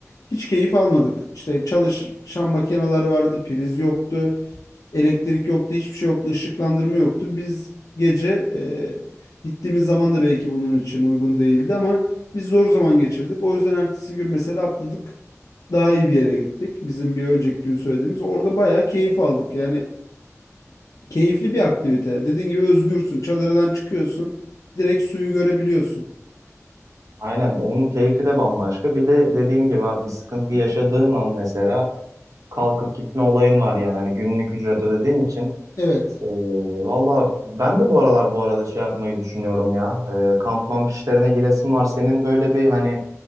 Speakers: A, on the left (about 80°); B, on the right (about 75°).
A: Hiç keyif almadık. İşte çalışan makineler vardı, priz yoktu. Elektrik yoktu, hiçbir şey yoktu, ışıklandırma yoktu. Biz gece e, gittiğimiz zaman da belki bunun için uygun değildi ama biz zor zaman geçirdik. O yüzden ertesi gün mesela atladık. Daha iyi bir yere gittik. Bizim bir önceki gün söylediğimiz. Orada bayağı keyif aldık. Yani keyifli bir aktivite. Dediğin gibi özgürsün. Çadırdan çıkıyorsun. Direkt suyu görebiliyorsun.
B: Aynen onun keyfi de bambaşka. Bir de dediğim gibi abi bir sıkıntı yaşadığın an mesela kalkıp gitme olayın var yani. Hani günlük ücret ödediğin için.
A: Evet.
B: Ee, valla ben de bu aralar bu arada şey yapmayı düşünüyorum ya. Ee, kamp mamp işlerine giresim var. Senin böyle bir hani